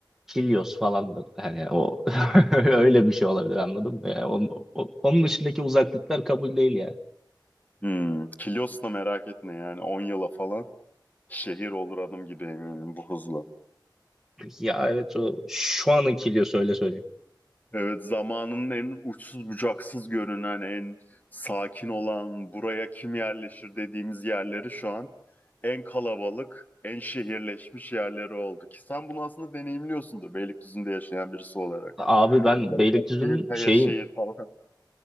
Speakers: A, in the centre; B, on the left.
A: Kilyos falandır. Hani o <laughs> öyle bir şey olabilir anladın mı? Yani onun, o- onun dışındaki uzaklıklar kabul değil ya.
B: Hmm, Kilyos'la merak etme yani 10 yıla falan şehir olur adım gibi eminim bu hızla.
A: Ya evet o şu anın Kilyos öyle söyleyeyim.
B: Evet, zamanın en uçsuz bucaksız görünen, en sakin olan, buraya kim yerleşir dediğimiz yerleri şu an en kalabalık, en şehirleşmiş yerleri oldu. Ki sen bunu aslında deneyimliyorsundur Beylikdüzü'nde yaşayan birisi olarak.
A: Abi ben
B: Başakşehir,
A: Beylikdüzü'nün
B: Kayaşehir
A: şeyim.
B: falan.